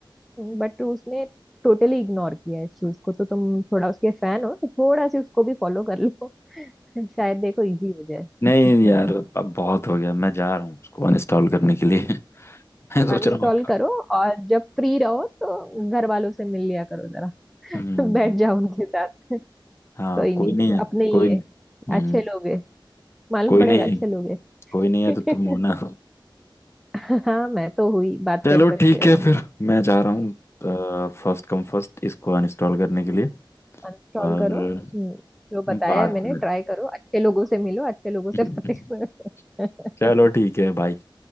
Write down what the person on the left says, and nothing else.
नहीं
यार
अब बहुत हो गया मैं जा रहा हूँ उसको अनइंस्टॉल करने के लिए <laughs> मैं सोच
रहा हूँ
हम्म
हाँ
कोई नहीं है
कोई
हम्म
कोई
नहीं
है
कोई नहीं है
तो तुम हो ना
चलो
ठीक
है फिर मैं जा रहा हूँ फर्स्ट कम फर्स्ट इसको अनइंस्टॉल करने के लिए
और
बाद
में
<laughs>
चलो ठीक है बाय